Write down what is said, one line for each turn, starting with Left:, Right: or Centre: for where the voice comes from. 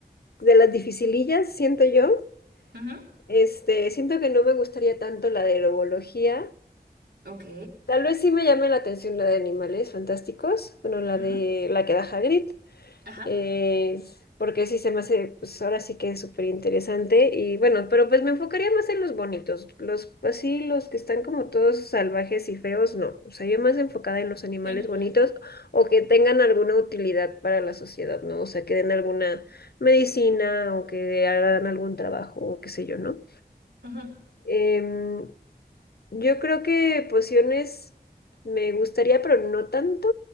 Left: de las dificilillas, siento yo.
Right: ujú,
Left: Este, siento que no me gustaría tanto la de herbología.
Right: Ok.
Left: Tal vez sí me llame la atención la de animales fantásticos, bueno, la
Right: ujú,
Left: de la que da Hagrid.
Right: Ajá.
Left: eh, porque sí se me hace, pues ahora sí que es súper interesante y bueno, pero pues me enfocaría más en los bonitos, los así, los que están como todos salvajes y feos, no, o sea, yo más enfocada en los animales
Right: Sí.
Left: bonitos o que tengan alguna utilidad para la sociedad, ¿no? O sea, que den alguna medicina o que hagan algún trabajo o qué sé yo, ¿no?
Right: ujú,
Left: Em, yo creo que pociones me gustaría, pero no tanto.